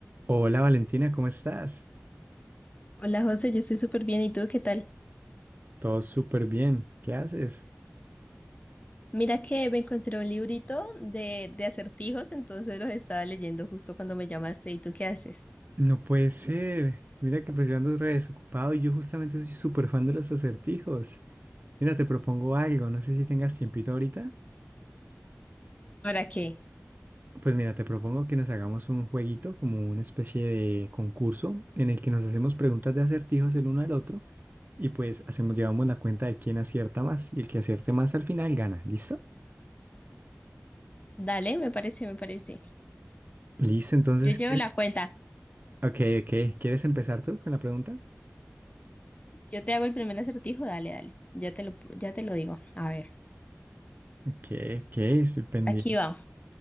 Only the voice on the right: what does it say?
Hola Valentina, ¿cómo estás?
Todo súper bien. ¿Qué haces?
No puede ser. Mira que pues yo ando re desocupado y yo justamente soy súper fan de los acertijos. Mira, te propongo algo. No sé si tengas tiempito ahorita.
Pues mira, te propongo que nos hagamos un jueguito, como una especie de concurso en el que nos hacemos preguntas de acertijos el uno al otro y pues hacemos, llevamos la cuenta de quién acierta más y el que acierte más al final gana. ¿Listo?
Listo, entonces,
¿quieres?
Ok, ok. ¿Quieres empezar tú con la pregunta?
¿Qué? ¿Qué? Estoy pendiente.